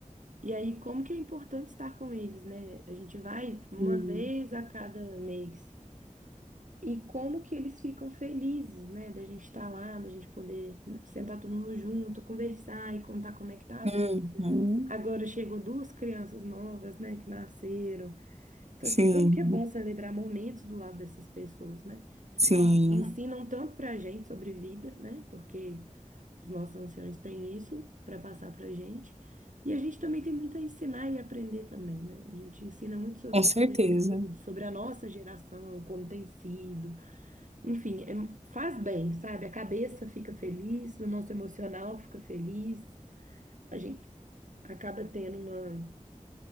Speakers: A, on the right; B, on the right.
A: E aí, como que é importante estar com eles, né? A gente vai tipo, uma
B: Hum.
A: vez a cada mês. E como que eles ficam felizes, né? Da gente estar lá, da gente poder sentar todo mundo junto, conversar e contar como é que tá a
B: Uhum.
A: vida. Agora chegou duas crianças novas, né, que nasceram. Então,
B: Sim,
A: assim, como que é bom celebrar momentos do lado dessas pessoas, né?
B: sim,
A: Que ensinam tanto pra gente sobre vida, né? Porque os nossos anciões têm isso para passar para a gente. E a gente também tem muito a ensinar e aprender também, né? A gente ensina muito sobre
B: com certeza.
A: juventude, sobre a nossa geração, como tem sido. Enfim, é- faz bem, sabe? A cabeça fica feliz, o nosso emocional fica feliz. A gente acaba tendo uma...